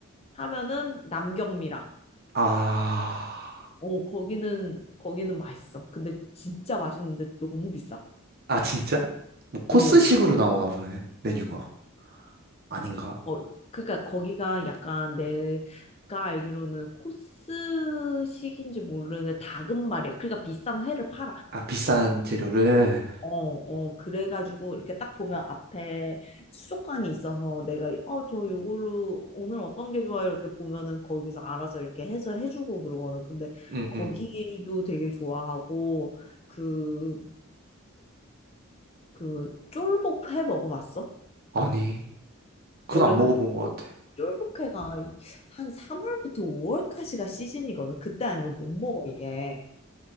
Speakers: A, on the left (about 30°); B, on the right (about 45°).
A: 하면은 남경미락.
B: 아,
A: 어, 거기는 거기는 맛있어. 근데 진짜 맛있는데 너무 비싸.
B: 아 진짜? 뭐 코스식으로
A: 오.
B: 나오나 보네 메뉴가 아닌가?
A: 어, 그러니까 거기가 약간 내가 알기로는 코스식인지 모르는데 닭은말이에요. 그러니까 비싼 회를 팔아.
B: 아 비싼 재료를.
A: 어, 어, 그래가지고 이렇게 딱 보면 앞에 수족관이 있어서 내가 어, 저 요걸로 오늘 어떤 게 좋아요? 이렇게 보면은 거기서 알아서 이렇게 해서 해주고 그러거든. 근데
B: 응,
A: 거기도
B: 응.
A: 되게 좋아하고 그 그 쫄복회 먹어봤어?
B: 아니. 그건
A: 원래
B: 안
A: 그
B: 먹어본
A: 쫄복-
B: 것 같아.
A: 쫄복회가 한 3월부터 5월까지가 시즌이거든. 그때 아니면 못 먹어 이게.